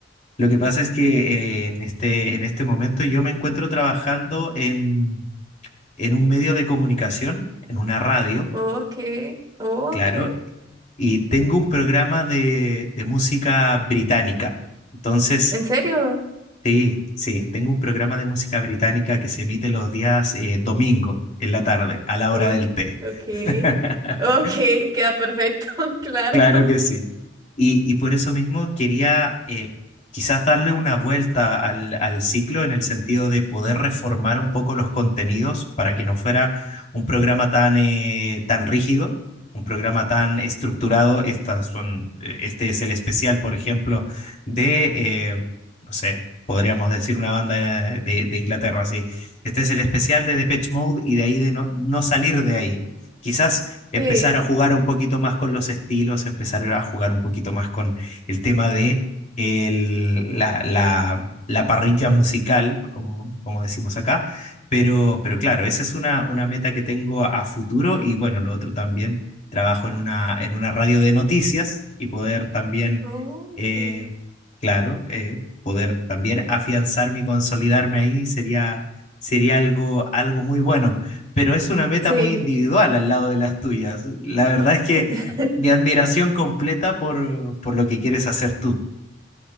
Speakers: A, on the left; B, on the right.
A: Lo que pasa es que eh, en este, en este momento yo me encuentro trabajando en, en un medio de comunicación, en una radio
B: Ok, ok,
A: Claro, y tengo un programa de, de música británica. Entonces,
B: ¿en serio?
A: sí, sí, tengo un programa de música británica que se emite los días eh, domingo en la tarde, a la
B: Ok,
A: hora del té.
B: ok,
A: <laughs>
B: ok, queda perfecto, <laughs> claro.
A: Claro que sí. Y, y por eso mismo quería eh, quizás darle una vuelta al, al ciclo en el sentido de poder reformar un poco los contenidos para que no fuera un programa tan, eh, tan rígido, un programa tan estructurado. Estas son, eh, este es el especial, por ejemplo, de, eh, no sé, podríamos decir una banda de, de Inglaterra, sí. Este es el especial de Depeche Mode y de ahí de no, no salir de ahí. Quizás empezar
B: Sí,
A: a jugar un poquito más con los estilos, empezar a jugar un poquito más con el tema de el- la, la- la parrilla musical, como, como decimos acá. Pero, pero claro, esa es una, una meta que tengo a futuro y bueno, lo otro también, trabajo en una, en una radio de noticias y poder también,
B: ok,
A: eh, claro, eh, poder también afianzarme y consolidarme ahí sería, sería algo, algo muy bueno pero es una meta
B: sí.
A: muy individual al lado de las tuyas. La verdad es que
B: <laughs>
A: mi admiración completa por, por lo que quieres hacer tú.